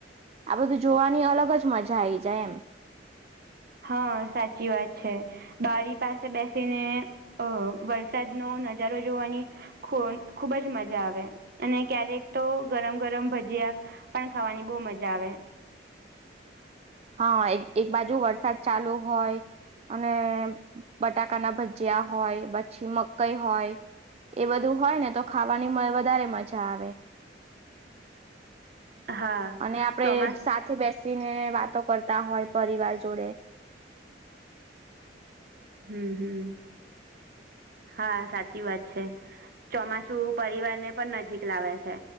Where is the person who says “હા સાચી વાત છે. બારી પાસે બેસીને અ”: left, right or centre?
Right